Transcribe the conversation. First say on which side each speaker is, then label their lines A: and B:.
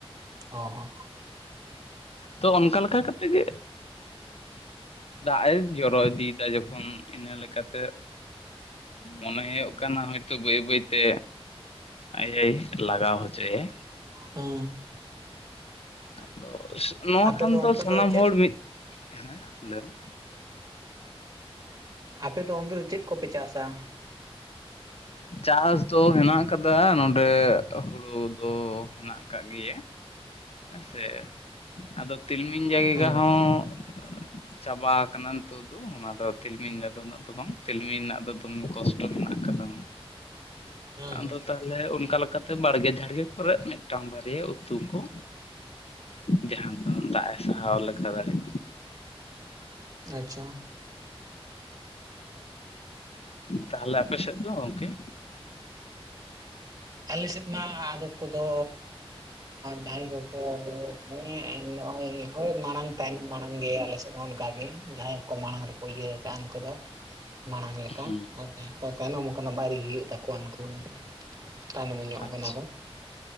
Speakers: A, on the right; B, on the left.
A: ᱚ ᱦᱚᱸ
B: ᱛᱚ ᱚᱱᱠᱟ ᱞᱮᱠᱟ ᱠᱟᱛᱮ ᱜᱮ ᱫᱟᱜ ᱮ ᱡᱚᱨᱚ ᱤᱫᱤᱭᱫᱟ ᱡᱚᱠᱷᱚᱱ ᱤᱱᱟᱹ ᱞᱮᱠᱟᱛᱮ ᱢᱚᱱᱮ ᱦᱳᱭᱳᱜ ᱠᱟᱱᱟ ᱦᱳᱭᱛᱚ ᱵᱟᱹᱭ ᱵᱟᱹᱭᱛᱮ ᱟᱡ ᱮᱭ ᱞᱟᱜᱟᱣ ᱦᱚᱪᱚᱭᱟ
A: ᱦᱩᱸ
B: ᱟᱫᱚ ᱱᱚᱣᱟ
A: ᱟᱯᱮ
B: ᱠᱷᱟᱱ ᱫᱚ
A: ᱚᱱᱛᱮ
B: ᱥᱟᱱᱟᱢ
A: ᱪᱮᱫ
B: ᱦᱚᱲ ᱢᱤᱫ ᱦᱮᱸ ᱞᱟᱹᱭ ᱢᱮ
A: ᱟᱯᱮ ᱫᱚ ᱚᱱᱛᱮ ᱫᱚ ᱪᱮᱫ ᱠᱚᱯᱮ ᱪᱟᱥᱟ
B: ᱪᱟᱥ ᱫᱚ ᱦᱮᱱᱟᱜ ᱠᱟᱫᱟ ᱱᱚᱰᱮ ᱦᱳᱲᱩ ᱫᱚ ᱦᱮᱱᱟᱜ ᱢᱮᱱᱟᱜ ᱠᱟᱜ ᱜᱮᱭᱟ ᱦᱮᱸᱥᱮ ᱟᱫᱚ ᱛᱤᱞᱢᱤᱧ ᱡᱟᱭᱜᱟ
A: ᱦᱩᱸ
B: ᱦᱚᱸ
A: <inaudible>
B: ᱪᱟᱵᱟ ᱟᱠᱟᱱᱟ ᱱᱤᱛᱚᱜ ᱫᱚ ᱚᱱᱟᱫᱚ ᱛᱤᱞᱢᱤᱧ ᱫᱚ ᱩᱱᱟᱹᱜ ᱫᱚ ᱵᱟᱝ ᱛᱤᱞᱢᱤᱧ ᱨᱮᱱᱟᱜ ᱫᱚ ᱫᱚᱢᱮ ᱠᱚᱥᱴᱚ ᱦᱮᱱᱟᱜ ᱟᱠᱟᱫᱟ
A: ᱦᱩᱸ
B: ᱟᱫᱚ
A: ᱦᱩᱸ
B: ᱛᱟᱦᱼᱼ ᱼᱞᱮ ᱚᱱᱠᱟ ᱞᱮᱠᱟᱛᱮ ᱵᱟᱲᱜᱮ ᱡᱷᱟᱲᱜᱮ ᱠᱚᱨᱮ ᱢᱮᱫᱴᱟᱝ ᱵᱟᱨᱭᱟ ᱩᱛᱩ ᱠᱚ ᱡᱟᱸᱦᱟᱸ ᱫᱚ ᱫᱟᱜ ᱮ ᱥᱟᱦᱟᱣ ᱞᱮᱠᱟ ᱫᱟᱲᱮᱜ
A: ᱟᱪᱪᱷᱟ
B: ᱛᱟᱦᱞᱮ ᱟᱯᱮ ᱥᱮᱫ ᱫᱚ ᱜᱚᱝᱠᱮ?
A: ᱟᱞᱮ ᱥᱮᱫ ᱢᱟ ᱟᱫᱚ ᱠᱚᱫᱚ ᱡᱟᱸᱦᱟᱸᱭ ᱠᱚᱠᱚ ᱢᱟᱱᱮ ᱱᱚᱜᱼᱚᱭ ᱦᱳᱭ ᱢᱟᱲᱟᱝ ᱛᱟᱭᱱᱚᱢ ᱢᱟᱲᱟᱝ ᱜᱮ ᱟᱞᱮᱥᱮᱫ ᱦᱚᱸ ᱱᱚᱝᱠᱟᱜᱮ ᱡᱟᱦᱟᱸᱭ ᱠᱚ ᱢᱟᱲᱟᱝ ᱨᱮᱠᱚ ᱤᱭᱟᱹ ᱟᱱ ᱠᱚᱫᱚ ᱢᱟᱲᱟᱝ ᱞᱮᱠᱟ
B: ᱦᱮᱸ
A: ᱟᱨ ᱡᱟᱦᱟᱸᱭ ᱠᱚ ᱛᱟᱭᱱᱚᱢ ᱠᱟᱱᱟ ᱵᱟᱨᱤ ᱦᱩᱭᱩᱜ ᱛᱟᱠᱚᱣᱟ ᱩᱱᱠᱩ ᱛᱟᱭᱱᱚᱢ ᱧᱚᱜ
B: ᱟᱪᱪᱷᱟ
A: ᱠᱟᱱᱟ ᱠᱚ